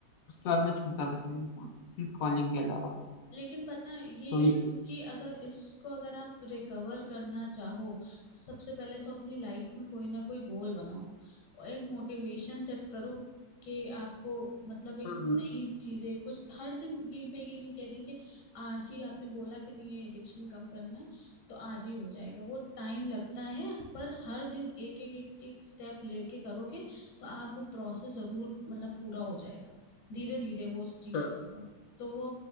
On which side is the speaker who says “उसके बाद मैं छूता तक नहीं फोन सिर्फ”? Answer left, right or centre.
Left